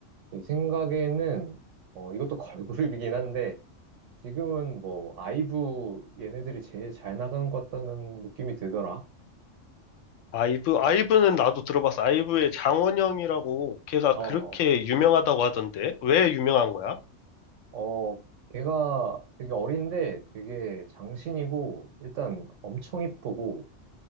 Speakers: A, on the right; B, on the left.
A: 제 생각에는, 어, 이것도 <laughs> 걸그룹이긴 한데, 지금은 뭐, 아이브 얘네들이 제일 잘 나가는 것 같다는 느낌이 들더라.
B: 아이브? 아이브는 나도 들어봤어. 아이브의 장원영이라고 걔가
A: 어,
B: 그렇게 유명하다고 하던데 왜 유명한 거야?
A: 어, 걔가 되게 어린데 되게 장신이고, 일단 엄청 이쁘고,